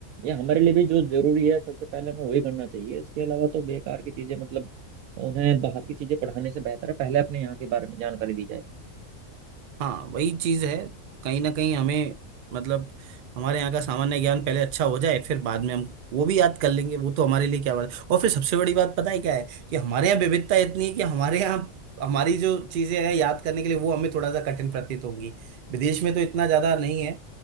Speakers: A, on the right; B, on the right.
A: या हमारे लिए भी जो जरूरी है सबसे पहले हमें वही करना चाहिए इसके अलावा तो बेकार की चीजें मतलब उन्हें बाहर की चीजें पढ़ाने से बेहतर है पहले अपने यहाँ के बारे में जानकारी दी जाए
B: हाँ वही चीज है कहीं ना कहीं हमें मतलब हमारे यहाँ का सामान्य ज्ञान पहले अच्छा हो जाए फिर बाद में हम वो भी याद कर लेंगे वो तो हमारे लिए क्या बात है और फिर सबसे बड़ी बात पता है क्या है कि हमारे यहाँ विविधता इतनी है कि हमारे यहाँ हमारी जो चीजें हैं याद करने के लिए वो हमें थोड़ा सा कठिन प्रतीत होंगी विदेश में तो इतना ज्यादा नहीं है